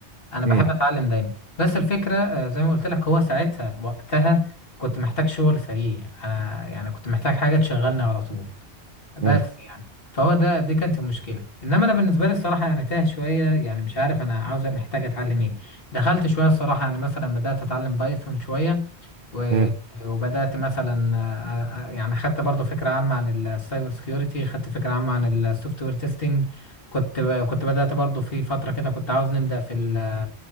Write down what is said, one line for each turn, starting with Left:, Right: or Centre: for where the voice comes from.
Left: انا بحب
Right: امم
Left: اتعلم دايما بس الفكره آه، زي ما قلت لك هو ساعتها وقتها كنت محتاج شغل سريع انا يعني كنت محتاج حاجه تشغلني على طول بس
Right: امم
Left: يعني فهو ده دي كانت المشكله انما انا بالنسبه لي الصراحه يعني تاه شويه يعني مش عارف انا عاوز محتاج اتعلم ايه دخلت شويه الصراحه يعني مثلا بدات اتعلم بايثون شويه و-
Right: امم
Left: وبدات مثلا آه، آه، آه، يعني خدت برضو فكره عامه عن السايبر سكيورتي خدت فكره عامه عن السوفت وير تيستنج كنت كنت بدات برضو في فتره كده كنت عاوز نبدا في ال